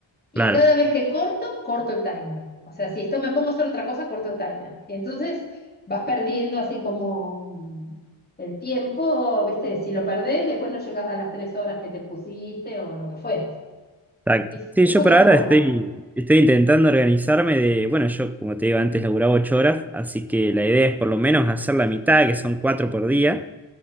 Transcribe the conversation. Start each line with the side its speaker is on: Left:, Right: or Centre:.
Left: Y
Centre: Claro,
Left: cada vez que corto, corto el timer. O sea, si esto me pongo a hacer otra cosa, corto el timer. Entonces vas perdiendo así como mm, el tiempo, ¿viste? Si lo perdés, después no llegas a las tres horas que te pusiste o lo que fuera.
Centre: exacto.
Left: Es,
Centre: Sí,
Left: es
Centre: yo
Left: otra
Centre: por ahora
Left: forma.
Centre: estoy, estoy intentando organizarme de, bueno, yo como te digo antes laburaba ocho horas, así que la idea es por lo menos hacer la mitad, que son cuatro por día,